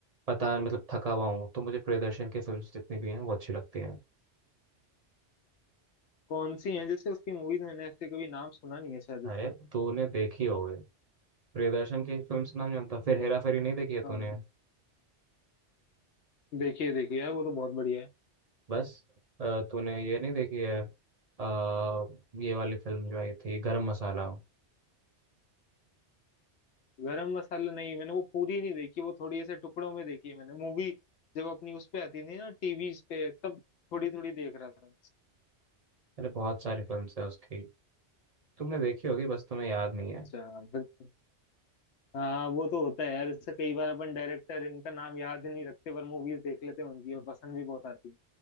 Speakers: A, on the right (about 40°); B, on the left (about 75°).
A: पता मतलब थका हुआ हूँ तो मुझे प्रियदर्शन की फिल्म्स जितनी भी हैं वो अच्छी लगती हैं
B: कौन सी है जैसे उसकी मूवीज मैंने ऐसे कभी नाम सुना नहीं है शायद
A: अरे
B: इसका
A: तूने देखी होगी प्रियदर्शन की फिल्म्स नाम जानता फिर हेरा फेरी नहीं देखी है
B: हाँ
A: तूने
B: देखिए देखिए यार वो तो बहुत बढ़िया है
A: बस अ, तूने ये नहीं देखी है अ, ये वाली फिल्म जो आई थी गरम मसाला
B: गरम मसाला नहीं मैंने वो पूरी नहीं देखी वो थोड़ी ऐसे टुकड़ों में देखी है मैंने मूवी जब अपनी उस पे आती थी ना टीवी पे तब थोड़ी थोड़ी देख रहा था
A: अरे बहुत सारी फिल्म्स है उसकी तुमने देखी होगी बस तुम्हें याद नहीं है
B: अच्छा फिर तो- हाँ वो तो होता है यार इससे कई बार अपन डायरेक्टर इनका नाम याद नहीं रखते पर मूवीज देख लेते हैं उनकी और पसंद भी बहुत आती है